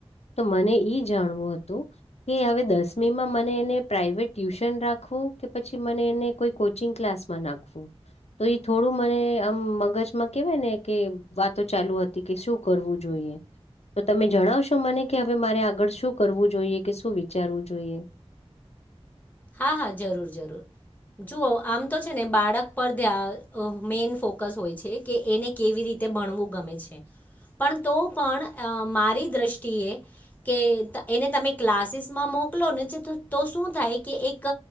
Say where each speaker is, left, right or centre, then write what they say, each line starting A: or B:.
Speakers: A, on the left; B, on the left.
A: તો મને ઈ જાણવું હતું કે હવે દસમીમાં મને એને પ્રાઈવેટ ટ્યુશન રાખવું કે પછી મને કોચિંગ ક્લાસમાં નાખું તો એ થોડું મને આમ મગજમાં કેવાય ને કે વાતો ચાલુ હતી કે શું કરવું જોઈએ તો તમે જણાવશો મને કે હવે મારે આગળ શું કરવું જોઈએ કે શું વિચારવું જોઈએ?
B: હા હા જરૂર જરૂર જુઓ આમ તો છે, ને બાળક પર ધયા મેઈન ફોકસ હોય છે, કે એને કેવી રી તે ભણવું ગમે છે. પણ તો પણ અ મારી દ્રષ્ટિએ કે એને તમે ક્લાસીસ માં મો મોકલો ને તો શું થાય. એક